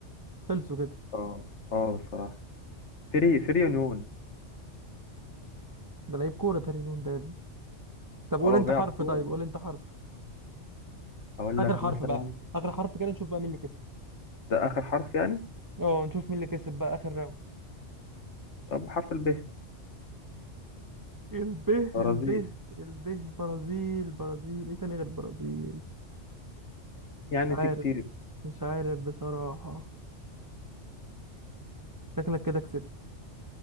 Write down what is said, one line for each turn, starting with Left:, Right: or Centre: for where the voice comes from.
Right: خلصوا كده
Left: اه اه بصراحة فري فري يونيون
Right: ده لعيب كورة تاني نون ده يا ابني طب قول
Left: اه
Right: انت
Left: بيلعب
Right: حرف
Left: كورة
Right: طيب قول انت حرف
Left: أقول
Right: اخر
Left: لك
Right: حرف
Left: مثلا
Right: بقى اخر حرف كده نشوف بقى مين اللي كسب
Left: ده آخر حرف يعني
Right: اه نشوف مين اللي كسب بقى اخر راوند
Left: طب حرف الب
Right: الب
Left: برازيل
Right: الب الب برازيل برازيل ايه تاني غير برازيل
Left: يعني
Right: مش عارف
Left: في كتير
Right: مش عارف بصراحة شكلك كده كسبت